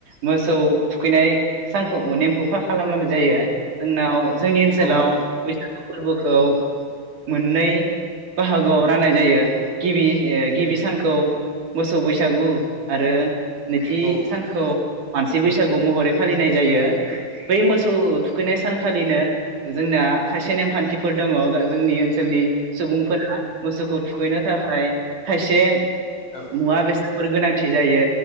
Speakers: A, on the right; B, on the left.
A: मोसौ थुखैनाय सानखौ नेमखौ फा खालामलामनाय जायो जोंनाव जोंनि ओनसोलाव
B: औ नोंथां
A: बैसागु फोरबोखौ मोन्नै बाहागोआव राननाय जायो गिबि ओ गिबि सानखौ मोस सौ बैसागु आरो नैथि
B: औ
A: सानखौ मानसि बैसागु महरै फालिनाय जायो। बै मोस खौ थुखैनाय
B: औ
A: सानखालिनो जोंना खायसे नेमखान्थिफोर दङ' गा जोंनि ओनसोलनि सुबुंफोरा मोसौखौ थुखैनो थाखाय खायसे
B: औ
A: मुवा बेसादफोर गोनांथि जायो।